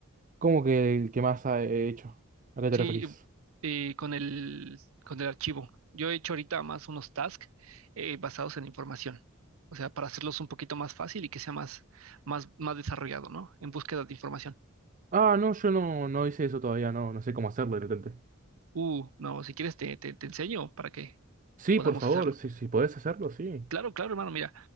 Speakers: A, on the right; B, on the right.
A: ¿cómo que el que más ha- he hecho? ¿A qué te
B: Sí,
A: referís?
B: eh, con el, con el archivo. Yo he hecho ahorita más unos tasks eh, basados en información. O sea, para hacerlos un poquito más fácil y que sea más, más, más desarrollado, ¿no? En búsqueda de información.
A: Ah, no, yo no, no hice eso todavía, no, no sé cómo hacerlo de repente.
B: Uh, no, si quieres te, te, te enseño para que
A: Sí,
B: podamos
A: por favor,
B: hacerlo.
A: si, si podés hacerlo, sí.
B: Claro, claro, hermano, mira,